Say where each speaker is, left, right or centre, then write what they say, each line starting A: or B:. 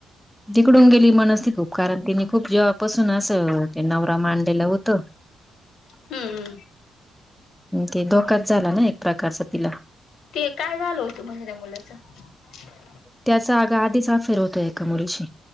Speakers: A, in the centre; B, on the left.
A: तिकडून गेली मनस. खूप कारण त्यांिनी खूप जेवपासून असं ते नवरा म आणलेलं होत.
B: हम्म
A: ते धोकाच झाला ना एक प्रकारचा तिला
B: ते काय झालं होतं म्हणजे त्या मुलाचं
A: त्याचा आगा आधीच अ फेर होतोय एका मुलीशी